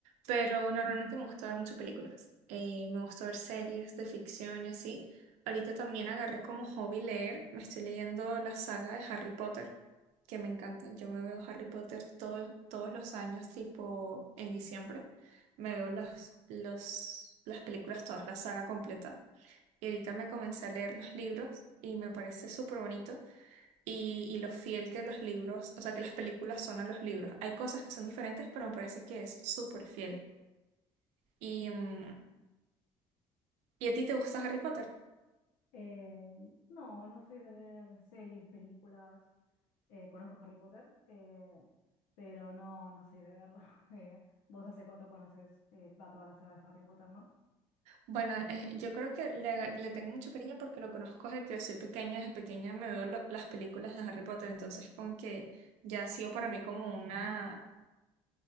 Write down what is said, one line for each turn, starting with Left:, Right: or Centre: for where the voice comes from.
Right: pero normalmente me gusta ver muchas películas, Eh, me gusta ver series de ficción y así. Ahorita también agarré como hobby leer, me estoy leyendo la saga de Harry Potter, que me encanta, yo me veo Harry Potter todos todos los años tipo en diciembre. Me veo los, los, las películas todas, la saga completa. Y ahorita me comencé a leer los libros y me parece súper bonito. Y, y lo fiel que los libros, o sea, que las películas son a los libros. Hay cosas que son diferentes, pero me parece que es súper fiel. Y, mm, ¿y a ti te gusta Harry Potter?
Left: Eh, no, no soy de ver series, películas. Eh, conozco Harry Potter, eh, pero no, no soy de verlo. <laughs> Eh, vos hace cuánto conoces eh, va toda la saga de Harry Potter, ¿no?
Right: Bueno, eh, yo creo que le, aga- le tengo mucho cariño porque lo conozco desde que soy pequeña. Desde pequeña me veo lo- las películas de Harry Potter, entonces como que ya ha sido para mí como una,